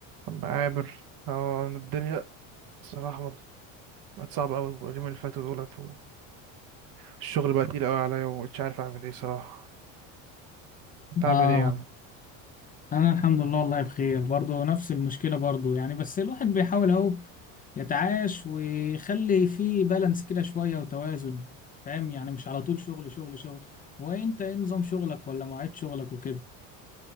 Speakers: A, on the right; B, on the left.
A: طب عامر اه الدنيا صراحة مت- بقت صعبة أوي اليومين اللي فاتوا دولت والشغل بقى تقيل أوي عليا ومش عارف أعمل إيه صراحة أنت عامل
B: اه
A: إيه يا عم؟
B: انا الحمد لله والله بخير برضه نفس المشكله برضه يعني بس الواحد بيحاول اهو يتعايش ويخلي فيه بالانس كده شويه وتوازن فاهم يعني مش على طول شغل شغل شغل هو انت ايه نظام شغلك ولا مواعيد شغلك وكده